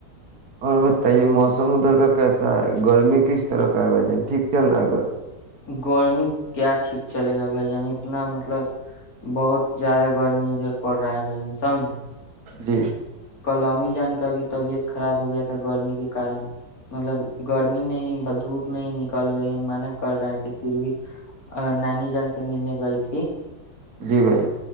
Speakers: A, on the right; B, on the left.
A: اور بتائیے موسم ادھر کا کیسا ہے گرمی کس طرح کا ہے بھائی جان ٹھیک چل رہا ہے گھر
B: گرمی کیا ٹھیک چلے گا بھائی جان اتنا مطلب بہت زیادہ گرمی ادھر پڑ رہا ہے بھائی جان سمجھ
A: جی
B: کلاممی جان کا بھی طبیعت خراب ہو گیا تھا گرمی کے کارن مطلب گرمی میں ہی دھوپ میں ہی نکل گئی ہم منع کر رہے تھے پھر بھی نانی جان سے ملنے گئی تھی
A: جی بھائی